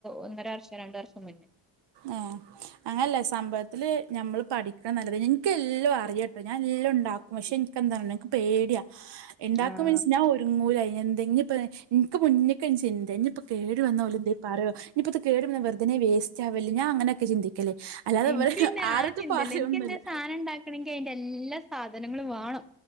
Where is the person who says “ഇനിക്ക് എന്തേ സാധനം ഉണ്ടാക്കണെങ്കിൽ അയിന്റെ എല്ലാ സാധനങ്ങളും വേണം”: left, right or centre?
Centre